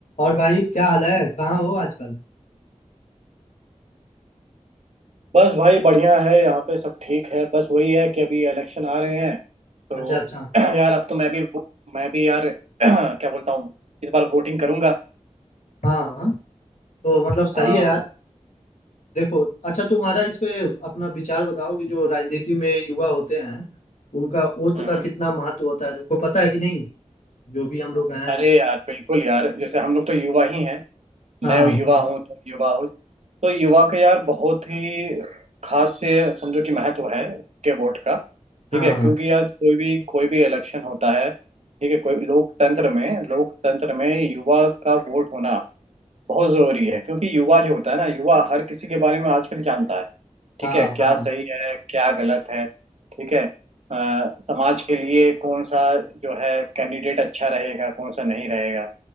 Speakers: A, on the left; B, on the right.
A: और भाई क्या हाल है कहाँ हो आजकल
B: बस भाई बढ़िया है यहाँ पे सब ठीक है बस वही है कि अभी इलेक्शन आ रहे हैं तो
A: अच्छा अच्छा
B: <clears throat> यार अब तो मैं भी मैं भी यार <clears throat> क्या बोलता हूँ इस बार वोटिंग करूंगा
A: हाँ हाँ। तो मतलब सही
B: हाँ
A: है यार देखो अच्छा तुम्हारा इस पे अपना विचार बताओ कि जो राजनीति में युवा होते हैं उनका वोट
B: हम्म।
A: का कितना महत्व होता है तुमको पता है कि नहीं जो भी हम लोग हैं
B: अरे यार बिल्कुल यार जैसे हम लोग तो युवा ही हैं
A: हाँ
B: मैं युवा हूँ तुम युवा हो तो युवा का यार बहुत ही खास से समझो कि महत्व है के वोट का
A: हाँ
B: ठीक है क्योंकि यार कोई भी कोई भी इलेक्शन होता है ठीक है कोई भी लोकतंत्र में लोकतंत्र में युवा का वोट होना बहुत जरूरी है क्योंकि युवा जो होता है ना युवा हर किसी के बारे में आजकल जानता है ठीक
A: हाँ
B: है क्या
A: हाँ
B: सही है क्या गलत है ठीक है अ, समाज के लिए कौन सा जो है कैंडिडेट अच्छा रहेगा कौन सा नहीं रहेगा